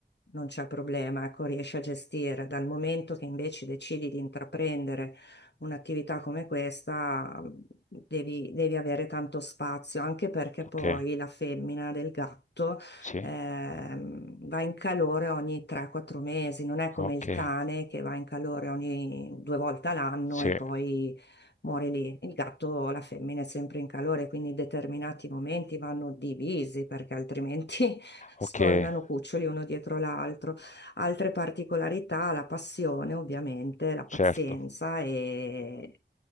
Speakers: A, on the left; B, on the left.
A: non c'è problema, ecco, riesci a gestire. Dal momento che invece decidi di intraprendere un'attività come questa, devi, devi avere tanto spazio, anche perché
B: Ok,
A: poi la femmina del gatto
B: sì.
A: ehm, va in calore ogni 3-4 mesi, non è come
B: Okay,
A: il cane che va in calore ogni due volte all'anno
B: sì,
A: e poi muore lì. Il gatto, la femmina è sempre in calore, quindi determinati momenti vanno divisi perché altrimenti <laughs> sfornano
B: okay.
A: cuccioli uno dietro l'altro. Altre particolarità, la passione ovviamente, la pazienza
B: Certo,
A: e